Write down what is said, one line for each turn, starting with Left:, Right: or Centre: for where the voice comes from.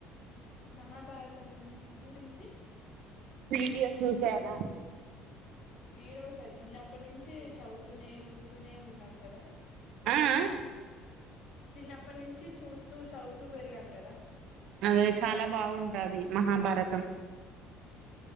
Left: మహాభారతం గురించి
Right: వీడ్యో చూసానా
Left: వీరోస చిన్నప్పనించీ చౌవుతూనే చూస్తునే ఉన్నాం కదా.
Right: ఆ ఆ
Left: చిన్నప్పనించి చూస్తూ చౌవుతూ పెరిగాం కదా.
Right: అదే చాలా బావుంటాది మహాభారతం.